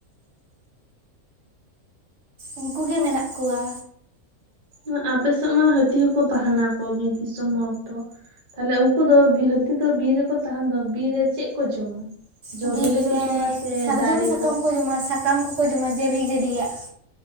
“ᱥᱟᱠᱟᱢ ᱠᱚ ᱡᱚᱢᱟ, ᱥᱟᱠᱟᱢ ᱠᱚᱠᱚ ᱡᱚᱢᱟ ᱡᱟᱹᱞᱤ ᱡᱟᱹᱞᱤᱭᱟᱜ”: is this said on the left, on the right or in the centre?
Right